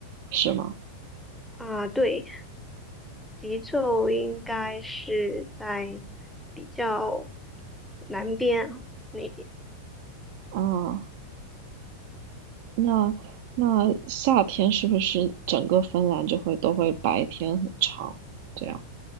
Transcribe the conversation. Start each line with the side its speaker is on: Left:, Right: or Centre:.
Right: 是吗？
Centre: 啊，对，极昼应该是在比较南边那边。
Right: 啊，那那夏天是不是整个芬兰就会都会白天很长？这样，